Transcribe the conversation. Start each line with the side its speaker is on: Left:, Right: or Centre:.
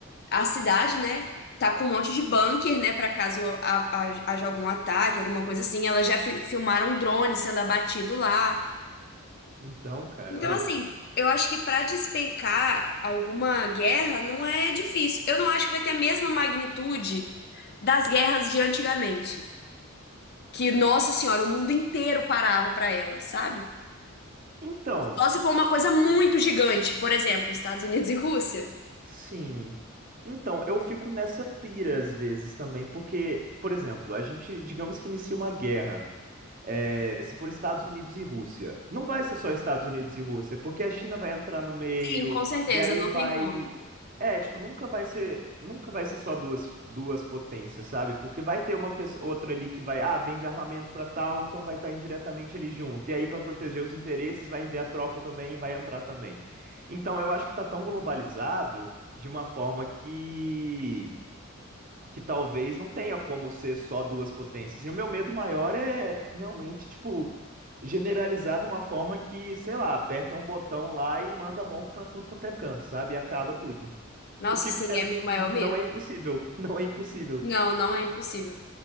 Left: a cidade, né, tá com um monte de bunker, né, pra caso ha- ha- haja algum ataque, alguma coisa assim. Elas já fi- filmaram drone sendo abatido lá.
Right: Então, cara,
Left: Então,
Right: olha.
Left: assim, eu acho que pra despencar alguma guerra não é difícil. Eu não acho que vai ter a mesma magnitude das guerras de antigamente, que, nossa senhora, o mundo inteiro parava pra elas, sabe?
Right: Então,
Left: Só se for uma coisa muito gigante, por exemplo, Estados Unidos e Rússia.
Right: sim. Então, eu fico nessa pira às vezes também, porque, por exemplo, a gente, digamos que inicia uma guerra. é, se for Estados Unidos e Rússia, não vai ser só Estados Unidos e Rússia, porque a China vai entrar no meio,
Left: Sim, com certeza,
Right: e aí
Left: não
Right: vai.
Left: tem como.
Right: É, tipo, nunca vai ser, nunca vai ser só duas, duas potências, sabe? Porque vai ter uma pessoa, outra ali que vai, ah, vende armamento pra tal, então vai estar indiretamente ali junto. E aí, pra proteger os interesses, vai enviar tropa também e vai entrar também. Então, eu acho que tá tão globalizado de uma forma que que talvez não tenha como ser só duas potências. E o meu medo maior é realmente, tipo, generalizar de uma forma que, sei lá, aperta um botão lá e manda bomba pra tudo quanto é canto, sabe? E acaba tudo.
Left: Nossa,
Right: O que
Left: sim,
Right: é-
Left: é meu maior medo.
Right: não é impossível, <laughs> não é impossível.
Left: Não, não é impossível.